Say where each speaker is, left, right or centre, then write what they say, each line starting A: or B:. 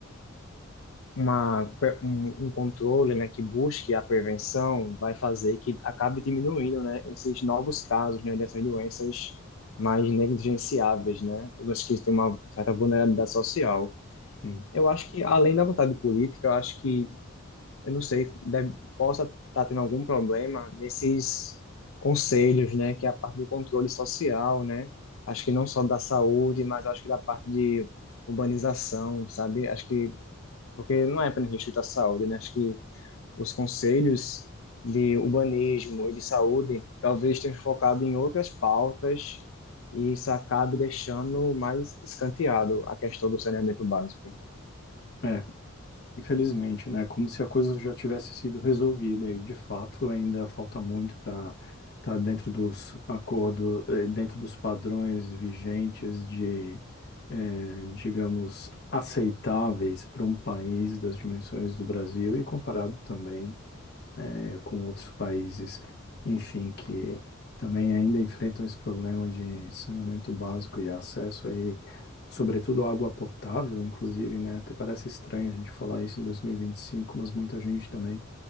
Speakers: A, on the left; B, on the left.
A: uma, pre- um, um controle, né, que busque a prevenção vai fazer que acabe diminuindo, né, esses novos casos, né, dessas doenças mais negligenciáveis, né, ou doenças que têm uma certa vulnerabilidade social.
B: Sim.
A: Eu acho que, além da vontade política, eu acho que eu não sei, deve, possa estar tendo algum problema nesses conselhos, né, que é a parte do controle social, né? Acho que não só da saúde, mas acho que da parte de urbanização, sabe? Acho que porque não é apenas restrito à saúde, né? Acho que os conselhos de urbanismo e de saúde talvez tenham focado em outras pautas e isso acabe deixando mais escanteado a questão do saneamento básico.
B: É. Infelizmente, né? Como se a coisa já tivesse sido resolvida e, de fato, ainda falta muito para estar dentro dos acordos, dentro dos padrões vigentes de, eh, digamos, aceitáveis para um país das dimensões do Brasil e comparado também com outros países, enfim, que também ainda enfrentam esse problema de saneamento básico e acesso aí, sobretudo à água potável, inclusive, né? Até parece estranho a gente falar isso em 2025, mas muita gente também